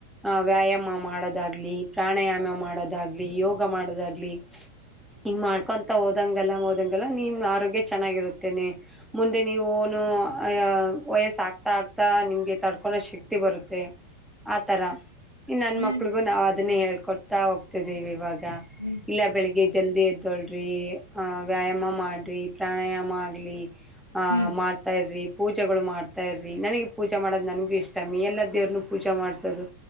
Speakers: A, in the centre; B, on the right.
A: ಹ ವ್ಯಾಯಾಮ ಮಾಡೋದಾಗ್ಲಿ ಪ್ರಾಣಾಯಾಮ ಮಾಡೋದಾಗ್ಲಿ ಯೋಗ ಮಾಡೋದಾಗ್ಲಿ. ಹಿಂಗ್ ಮಾಡ್ಕೊಂತ ಓದಂಗಲ್ಲ ಓದಂಗಲ್ಲ ನಿಮ ಆರೋಗ್ಯ ಚೆನ್ನಾಗಿರುತ್ತೇನೆ. ಮುಂದೆ ನೀವು ನು ಅ ವಯಸ್ಸ ಆಗ್ತಾ ಆಗ್ತಾ ನಿಮ್ಗೆ ತಡ್ಕೊಳೋ ಶಕ್ತಿ ಬರುತ್ತೆ. ಆ ತರ. ಇನ್ ನನ್
B: ಹ್ಮ್
A: ಮಕ್ಳಿಗು ನಾವು ಅದನ್ನೇ ಹೇಳ್ಕೊಡ್ತಾ ಹೋಗ್ತಿದ್ದೀವಿ ಇವಾಗ
B: ಹ್ಮ್
A: ಇಲ್ಲ ಬೆಳಿಗ್ಗೆ ಎದ್ದ. ಜಲ್ದಿ ಎದ್ದೋಳ್ರಿ ವ್ಯಾಯಾಮ ಮಾಡ್ರಿ ಪ್ರಾಣಾಯಾಮ ಆಗಲಿ. ಆಹ
B: ಹ್ಮ್
A: ಮಾಡ್ತಾ ಇರಿ ಪೂಜೆಗಳು ಮಾಡ್ತಾ ಇರ್ರಿ ನನಗೆ ಪೂಜಾ ಮಾಡದು ನಂಗೂ ಇಷ್ಟ ಎಲ್ಲ ದೇವ್ರನು ಪೂಜಾ ಮಾಡಸೋದು